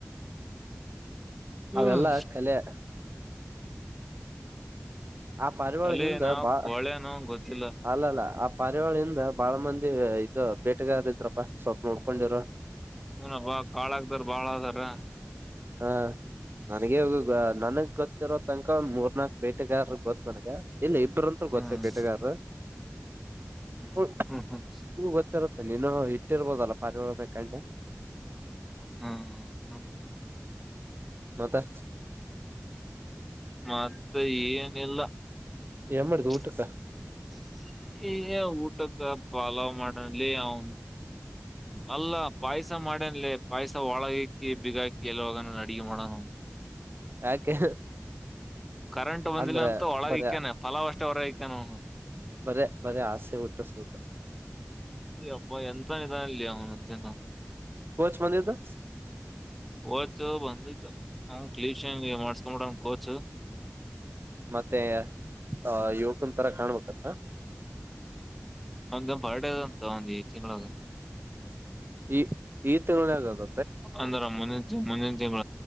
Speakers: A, in the centre; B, on the right.
A: ಹ್ಮ್
B: ಅವೆಲ್ಲ ಕಲೆ ಆ ಪರಿವಾಳ
A: ತಲೆನೋ
B: ಹಿಂದ ಬಾ
A: ಕೊಳೆನೋ ಗೊತ್ತಿಲ್ಲ
B: ಅಲ್ಲಲ್ಲ ಆ ಕರ್ಯಾವಳಿಯಿಂದ ಬಾಳ ಮಂದಿ ಇ ಬೇಟೆಗಾರ ಇದ್ರಪ್ಪಾ ಸ್ವಲ್ಪ ನೋಡ್ಕೊಂಡಿರ
A: ನ ಕಾಳಾಗದಾರ ಬಾಳ ಅದಾರ
B: ಹ ನನಗ ನನಗ್ ಗೊತ್ತಿರೋ ತನಕ ಒಂದ್ ಮೂರ್ನಾಾಕ್ ಬೇಟೆಗಾರಗ್ ಗೊತ್ ನನ್ಗ ಇಲ್ಲ ಇಬರುಂತ
A: ಹ್ಮ್
B: ಗೊತ್ತೇ ಬೇಟೆಗಾರರು
A: ಹ್ಮ್
B: ಉ
A: ಹ್ಮ್ ಹ್ಮ್
B: ಗೊತ್ತರತ್ತ ತ್ ಇನ್ನು ಹಿಟ್ಟಿರ್ಬೋದಲಪ್ಪ ಪಾರಳ ಕಂಡ.
A: ಹ್ಮ ಹ್ಮ
B: ಮತ್ತ <inaudible>
A: ಮತ್ತೆ ಏನಿಲ್ಲ
B: ಏನ್ ಮಾಡಿದ್
A: <unintelligible>
B: ಊಟಕ್ಕ
A: ಊಟ ಫಾಲೋ ಮಾಡನ್ಲಿ ಅವನ್ ಅಲ್ಲ ಪಾಯ್ಸ ಮಾಡನ್ಲಿ ಪಾಯ್ಸ ಒಳಗಕಿ ಬಿಗಾಕಿ ಎಲ್ಲಾಗ ನ ಅಡಗೆ ಮಾಡಣ
B: ಯಾಕೆ
A: ಕರೆಂಟ್ ಬಂದಿಲ್ಲ
B: ಅಂದ್ರೆ
A: ಅಂತ ಒಳಗ
B: ಬರೇ
A: ಇಕ್ಕಾನನೆ ಫಲಾವ್ ಅಷ್ಟೇ ಹೊರಗಕ್ಕಾನ ಅವ್ನು.
B: ಬರೇ ಬರೇ ಆಸೆ ಹುಟ್ಟಿಸ್ಬೇಕ
A: ಅಯ ಅಪ್ಪ ಎಂತ ನಿಧಾನ ಇಲ್ಲಿ ಅವನುಂಚೆ ನ
B: ಕೋಚ್ ಬಂದಿದ್ದು
A: ಹೋಯಿತು ಬಂದಿತು. ಅವ್ ಕ್ಲೀನ್ ಸೇವಿಂಗ್ ಮಾಡಿಸ್ಕೊಂಡು ಬಿಟಾನಾ ಕೋಚ್
B: ಮತ್ತೆ. ಆ ಯುವಕನ್ ತರ ಕಾಣ್ಬೇಕತ್ತ
A: ಅವಂದು ಬರ್ಡೆ ಆದ್ ಅಂತ ತಿಂಗಳಾಗ
B: ಈ ಈ ತಿಂಗಳ್ ನ್ಯಾಗ ಆದ
A: ಅಂದರ ಮುಂದಿನ್ ಮುಂದಿನ